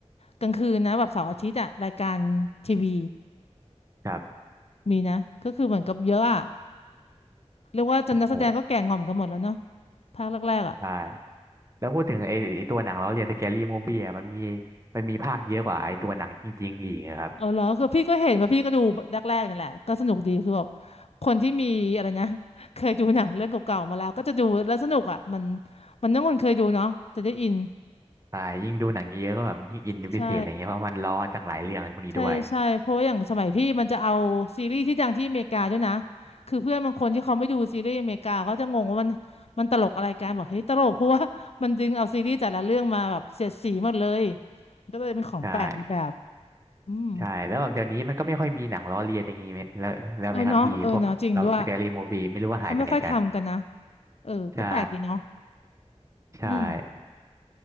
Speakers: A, on the left (about 65°); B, on the right (about 25°).
A: กลางคืนนะแบบเสาร์อาทิตย์อ่ะรายการทีวี
B: ครับ
A: มีนะก็คือเหมือนกับเยอะอ่ะเรียกว่าจนนักแสดงก็แก่ง่อมกันหมดแล้วเนาะ
B: โอ้
A: ภาคแรกๆอ่ะ
B: ใช่ แล้วพูดถึงไอ้ไอ้ตัวหนังเราเรียนสแกรี่มูฟวี่อะมันมีมันมีภาคเยอะกว่าไอ้ตัวหนังจริงๆอีกครับ
A: เออเหรอคือพี่ก็เห็นว่าพี่ก็ดูแรกๆนั่นแหละก็สนุกดีคือแบบคนที่มีอะไรนะ <laughs> เคยดูหนังเรื่องเก่าๆมาแล้วก็จะดูแล้วสนุกอ่ะมันมันต้องคนเคยดูเนาะจะได้อิน
B: ใช่ยิ่งดูหนังเยอะก็แบบยิ่งอินเป็นพิเศษอะไรเงี้ยเพราะมันล้อจากหลายเรื่องอะไรพวกนี้ด้วย
A: ใช่ใช่ใช่เพราะว่าอย่างสมัยพี่มันจะเอาซีรีส์ที่ดังที่อเมริกาด้วยนะคือเพื่อนบางคนที่เขาไม่ดูซีรีส์อเมริกาเขาจะงงว่ามันมันตลกอะไรกันบอกเฮ้ยตลกเพราะว่า <laughs> มันดึงเอาซีรีส์แต่ละเรื่องมาแบบเสียดสีหมดเลยก็เลยเป็นของแปลกอีกแบบ
B: ใช่
A: อืม
B: ใช่แล้วแบบเดี๋ยวนี้มันก็ไม่ค่อยมีหนังล้อเลียนอะไรอย่างงี้ไหมแล้วแล้วไหมครับพี่พวกเราสแกรี่มูฟวี่ไม่รู้ว่าหายไปไหนกัน
A: เออเนาะเออเนาะจริงด้วยเขาไม่ค่อยทำกันนะ เออ
B: ใช่
A: ก็แปลกดีเนาะ
B: ใช่
A: อืม